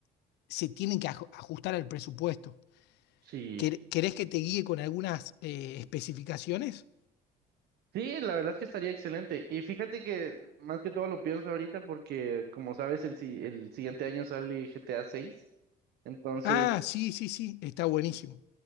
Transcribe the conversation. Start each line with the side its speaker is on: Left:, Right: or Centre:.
Left: se tienen que aj- ajustar al presupuesto.
Right: sí.
Left: ¿Quer- ¿Querés que te guíe con algunas eh, especificaciones?
Right: Sí, la verdad es que estaría excelente. Y fíjate que más que todo lo pienso ahorita porque, como sabes, el, si- el siguiente año sale GTA seis, Entonces,
Left: Ah, sí, sí, sí, está buenísimo.